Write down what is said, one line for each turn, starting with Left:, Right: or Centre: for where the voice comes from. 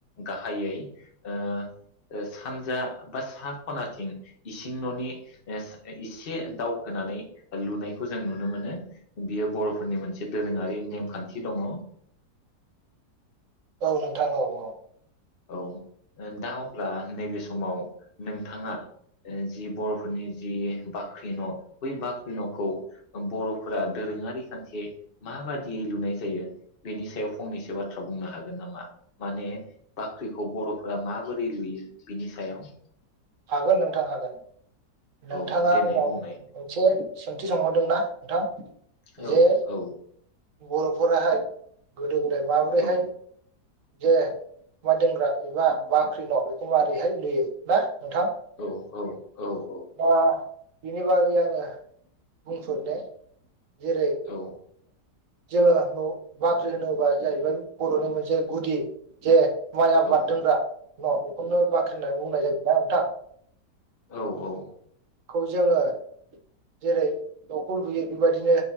Left: गाहायै ओ सानजा बा सा खनाथिं इसिं न'नि ओ एसे दावखोनानै लुनायखौ जों नुनो मोनो बियो बर'फोरनि मोनसे दोरोंङारि नेमखान्थि दंङ।
Right: औ नोंथां औ औ
Left: औ ओ दा अब्ला नैबे समाव नोंथांङा ओ जि बर'फोरनि जि बाख्रि न' बै बाख्रि न'खौ बर'फोरा दोरोंङारि खान्थि माबादियै लुनाय जायो बेनि सायाव फंनैसो बाथ्रा बुंनो हागोन नामा? माने बाख्रिखौ बर'फोरा माबोरै लुयो बिनि सायाव
Right: हागोन नोंथां हागोन। नोंथाङा
Left: औ देनाय
Right: आंनाव
Left: बुंनाय
Right: मोनसे सोंथि सोंहरदोंना नोंथां?
Left: औ
Right: जे
Left: औ
Right: बर'फोराहाय गोद दो गोदाय माबोरैहाइ
Left: औ
Right: जे माइ दोनग्रा एबा बाख्रि न' बेखौ मारैहाय लुयो ना नोंथां?
Left: औ औ औ
Right: दा बिनि बागै आंङो बुंफोर' नाय जेरै
Left: औ
Right: जोंङो न'बाख्रि होनोबा जाहैबाय बर'नि मोनसे गुदि जे माइ आबाद
Left: औ
Right: दोनग्रा न' खनो बाख्रि होननानै बुंनाय जायो ना नोंथां ।
Left: औ औ
Right: खौ जोङो जेरै न'खौ लुयो बेबायदिनो